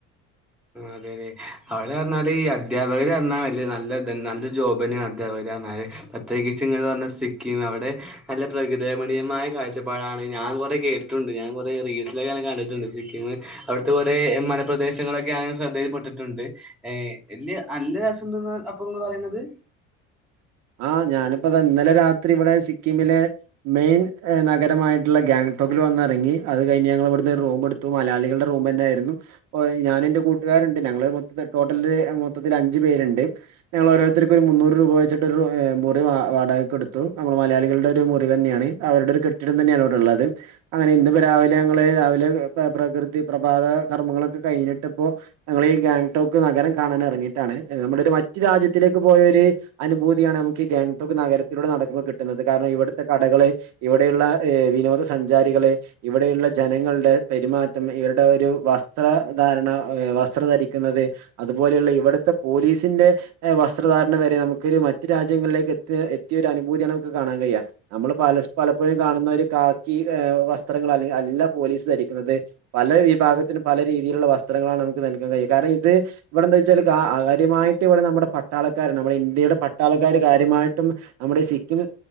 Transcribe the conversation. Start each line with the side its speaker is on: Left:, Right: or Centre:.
Centre: അതെ അതെ അവള് പറഞ്ഞാല് ഈ അധ്യപകര് പറഞ്ഞാൽ വല് നല്ല നല്ല ജോബ് തന്നെയാണ് അധ്യാപകര് പ്രത്യേകിച്ച് ഇങ്ങ പറഞ്ഞ സിക്കിം അവിടെ നല്ല പ്രകൃരമണീയമായ കാഴ്ചപ്പാടാണ് ഞാൻ ഞാൻ കുറെ കേട്ടിട്ടുണ്ട് ഞാൻ കുറെ റീസൊക്കെെ കണ്ടിട്ടുണ്ട് സിക്കി അവിടുത്തെ കുറേ മലപ്രദേശങ്ങളക്കെ ശ്രദ്ധയിൽപ്പെട്ടിട്ടുണ്ട് ഏ വ നല്ല രസംണ്ടെന്ന് <unintelligible> <inaudible>
Right: ആ ഞാനിപ്പോ ഇന്നലെ രാത്രി ഇവിടെ സിക്കിമിലെ മെയിൻ നഗരമായിട്ടുള്ള ഗാംഗ ൽ വന്നിറങ്ങി അത് കഴിഞ്ഞഞ് ഞ ഇവിടു റൂ എടുത്തു. മലയാളികള റൂം തന്നായിരുന്നു ഞാൻ എന്റെ കൂട്ടുകാ ണ്ട്ൾ മൊ ടോട്ടൽ മൊത്തിൽ അഞ്ച പരുണ്ട് ഞങ്ങ ഓരോരുത്തർക്ക് ഒരു മുന്നൂറ് രൂപ വെച്ചിട്ട് മുറി വാടകെടുത്തു നമ്മൾ മലയാളികളുടെ ഒരു മുറി തന്നെയാണ്. അവരുടെ ഒരു കെട്ടിടം തന്നെയാണ് ഇവിടെള്ളത്. അങ്ങനെ ഇന്നപ്പോ രാവിലെ ഞങ്ങള് രാവിലെ പ്രകൃതി പ്രഭാത കർമ്മങ്ങളൊക്കെ കഴിഞ്ഞിട്ട് ഇപ്പോ ഞങ്ങീ ഗാംഗടോക്ക് നഗരം കാണാൻ ഇറങ്ങിയിട്ടാണ്. നമ്മുടെ ഒരു മറ്റു രാജ്യത്തിലേക്ക് പോയൊരു അനുഭൂതിയാണ് നമുക്ക് ഈ ഗാംഗ്ടോക് നഗരത്തിലൂടെ നടക്ക്പോൾ കിുന്നത്. കാരണം ഇവിടുത്തെ കടകള് ഇവിടെയുള്ള വിനോദ സഞ്ചാരികള് ഇവിടെയുള്ള ജനങ്ങളുടെ പെരുമാറ്റം. ഇവരുടെ ഒരു വസ്ത്രധാരണ വസ്ത്രം ധരിക്കുന്നത്. അതുപോലെയുള്ള ഇവിടുത്തെ പോലീസിന്റെ വസ്ത്രധാരണ വരെ നമുക്ക് മറ്റ രാജ്യങ്ങളിലേക്ക് എ എത്തിയ ഒരു അനുഭൂതിയാണ്. നുക്ക് കാണാൻ കഴിയാം നമ്മള് പലപ്പോഴും കാണുന്ന ബാക്കി വസ്ത്രങ്ങൾ അല്ല പോലീസ് ധരിക്കുന്നത്. പല വിഭാഗത്തിനും പല രീതിയിലുള്ള വസ്ത്രങ്ങ നമുക്ക് നൽകാൻ കഴിയും കാരണം ഇത് ഇവിടെന്താ വെച്ചാൽ കാര്യമായിട്ട് ഇവിടെ നമ്മുടെ പട്ടാളക്കാരെ നമ്മുടെ ഇന്ത്യയുടെ പട്ടാളക്കാാര് കാര്യമായിട്ടും. നമ്മുടെഈ സിക്കിം